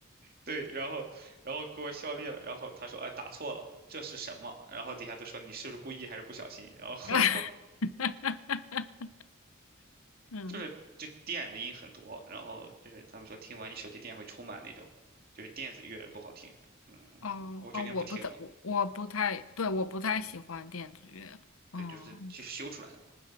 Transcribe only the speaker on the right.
对，然后然后给我笑裂了。然后他说：“哎，打错了，这是什么？”然后底下都说你是不是故意还是不小心？然后
就是就电子音很多，然后就是他们说听完你手机电会充满那种，就是电子乐不好听。嗯，
我决定不听了。
对，
就是就修出来的嘛，